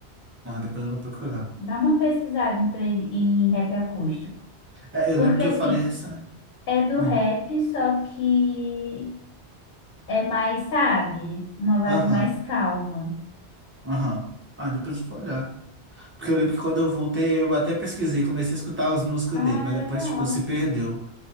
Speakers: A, on the right; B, on the left.
A: Ah, depois eu vou procurar.
B: Dá uma pesquisada em, play- em rap acústico.
A: É, eu
B: Porque,
A: lembro que
B: assim,
A: eu falei essa.
B: é do
A: Hum,
B: rap, só que é mais, sabe? Uma vibe
A: Aham,
B: mais calma.
A: aham. Ah, depois eu vou olhar. Porque eu lembro que quando eu voltei, eu até pesquisei, comecei a escutar as músicas
B: Ah,
A: dele, mas depois,
B: legal.
A: tipo, se perdeu.